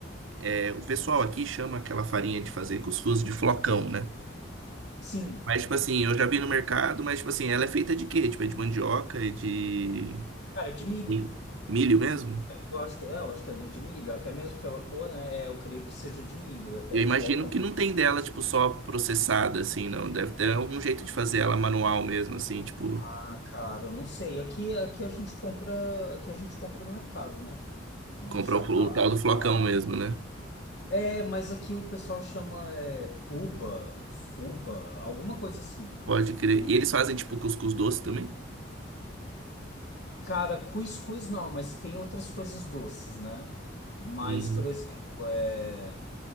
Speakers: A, on the right; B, on the left.
A: é, o pessoal aqui chama aquela farinha de fazer cuscuz de flocão, né?
B: sim,
A: Mas, tipo assim, eu já vi no mercado, mas, tipo assim, ela é feita de quê? Tipo, é de mandioca, é de
B: cara, é de milho.
A: mi- milho mesmo?
B: Eu acho que é, eu acho que ele é de milho, até mesmo pela cor, né? é, Eu creio que seja de milho, é,
A: E
B: é
A: eu
B: flocão.
A: imagino que não tem dela, tipo, só processada, assim, não. Deve ter algum jeito de fazer ela manual mesmo, assim, tipo,
B: Ah, cara, eu não sei. Aqui, aqui a gente compra, aqui a gente compra no mercado, né? Em
A: comprar
B: sacada
A: o, o tal
B: e
A: do flocão
B: tal.
A: mesmo, né?
B: É, mas aqui o pessoal chama é, puba, fuba, alguma coisa assim,
A: Pode crer.
B: né?
A: E eles fazem, tipo, cuscuz doce também?
B: Cara, cuscuz não, mas tem outras coisas doces, né? Mas,
A: Uhum.
B: por exemplo, é